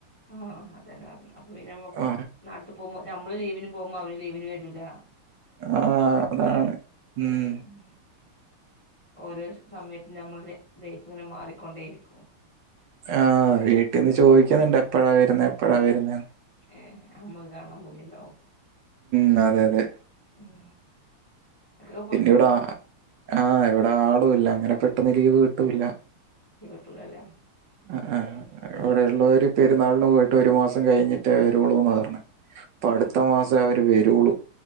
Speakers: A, on the left (about 15°); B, on the right (about 70°).
A: ആഹ് അതന്നെ പറഞ്ഞേ അപ്പ പിന്നമ്മക്ക്
B: ആ
A: നാട്ടിപ്പോവുമ്പോ നമ്മള് ലീവ് ലീവിന് പോവുമ്പോ അവര് ലീവിന് വെരൂല്ല
B: ആഹ് അതാണ് മ്
A: ഉം ഓരോ സമയത്ത് ഞമ്മൾടെ ലൈഫ്ങ്ങനെ മാറിക്കൊണ്ടേയിരിക്കും.
B: ആഹ് വീട്ടിന്ന്
A: ഉം
B: ചോയിക്ക്ന്ന്ണ്ട് എപ്പഴാ വെര്ന്നേ എപ്പഴാ വെര്ന്നേ
A: ഏ അമ്മക്ക് കാണാൻ പൂതിണ്ടാവും
B: മ് അതെ അതെ
A: ഉം ഇടക്കൊക്കെ
B: പിന്നെ
A: പോയിക്കോണ്ടു
B: ഇവടെ ആ ആഹ് ഇവിടെ ആളൂല്ല അങ്ങനെ പെ ട്ടന്ന് ലീവ് കിട്ടൂല്ല
A: ലീവ്ട്ടൂലല്ലെ
B: ആ ആ അവിടെ ഉള്ളവര് പെരുന്നാളിന് പോയിട്ട് കേട്ട് ഒരു മാസം കഴിഞ്ഞിട്ട് വരുളൂന്ന് പറഞ്ഞത് അപ്പ അടുത്ത
A: ഏഹ്
B: മാസം അവര് വ ജോളു